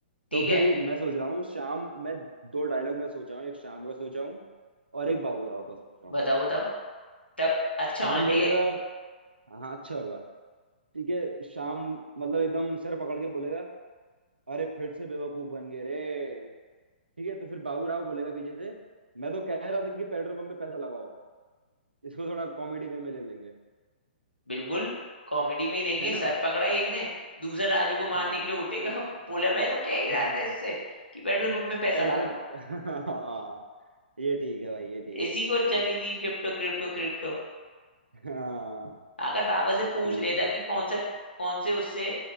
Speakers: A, on the left; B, on the right.
A: ठीक
B: तो फिर
A: है
B: मैं सोच रहा हूँ शाम मैं दो डायलॉग मैं सोचा हूँ एक शाम का सोचा हूँ और एक बाबू राव का सोचा हूँ
A: बताओ बताओ तब अच्छा
B: शाम
A: होना चाहिए
B: बोलेगा हाँ अच्छा होगा ठीक है शाम मतलब एकदम सर पकड़ के बोलेगा अरे फिर से बेवकूफ बन गए रे ठीक है तो फिर बाबू राव बोलेगा पीछे से मैं तो कह रहा था कि पेट्रोल पंप पे पैसा लगाओ इसको थोड़ा कॉमेडी वे में ले लेंगे
A: बिल्कुल कॉमेडी में ही लेंगे
B: है ना
A: सर पकड़ा एक ने दूसरा राजू को मारने
B: हाँ
A: के लिए उठेगा <laughs> बोला मैं तो क्या ही रहा
B: हाँ
A: था इससे कि पेट्रोल पंप में पैसा
B: पेट्रोल
A: लगा
B: <laughs> हाँ ये ठीक है भाई ये ठीक
A: इसी
B: है
A: को चली थी क्रिप्टो क्रिप्टो क्रिप्टो
B: हाँ
A: अगर बाबा से पूछ
B: ठीक
A: लेता
B: है
A: कि कौन से कौन से उससे